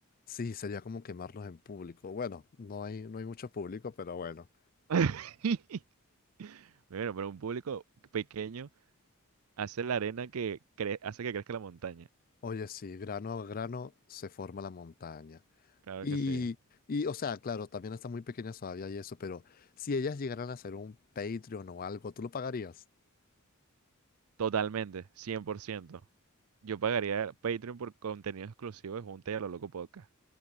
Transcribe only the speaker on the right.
<laughs> Bueno, pero un público pequeño hace la arena que cre- hace que crezca la montaña.
Claro
que sí.
Totalmente, cien por ciento Yo pagaría Patreon por contenido exclusivo de Junta y a lo Loco Podcast.